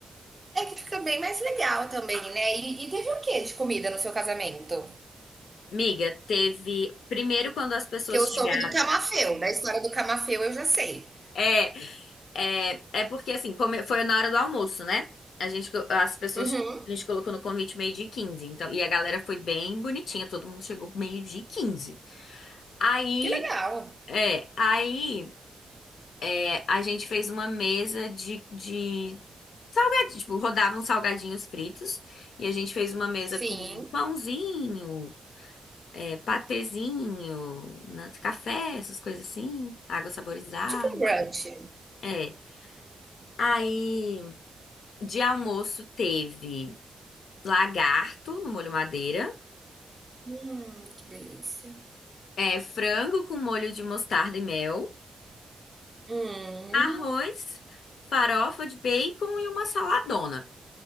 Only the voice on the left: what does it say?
Miga, teve. Primeiro, quando as pessoas
chegaram.
É, é, é porque assim, come- foi na hora do almoço, né? A gente, co- as pessoas.
A gente colocou no convite meio-dia e 15. Então, e a galera foi bem bonitinha, todo mundo chegou meio-dia e 15. Aí.
É, aí é, a gente fez uma mesa de de Salgadinho, tipo, rodavam salgadinhos fritos e a gente fez uma mesa
com pãozinho, é, patezinho, na- café, essas coisas assim, água saborizada.
É. Aí, de almoço teve lagarto no molho madeira,
é, frango com molho de mostarda e mel,
arroz, farofa de bacon e uma saladona.